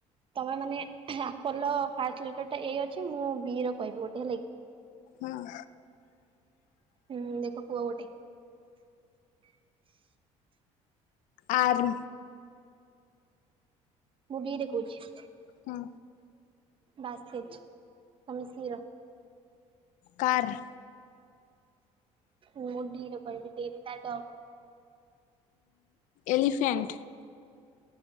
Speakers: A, on the right; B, on the left.
A: ତମେ ମାନେ ଆପଲ ଫାଷ୍ଟ ଲେଟର ଟା ଏ ଅଛି ମୁଁ ବି ର କହିବି ଗୋଟେ ହେଲା କି
B: ହଁ।
A: ହୁଁ ଦେଖ କୁହ ଗୋଟେ?
B: ଆର।
A: ମୁଁ ବିରେ କହୁଛି।
B: ହଁ
A: ବାସ୍କେଟ୍ ତମେ ଶି ର।
B: କାର୍।
A: ମୁ ଡି ର କହିବି, ଡି ରେ ନା ଡଗ୍।
B: ଏଲିଫେଣ୍ଟ୍।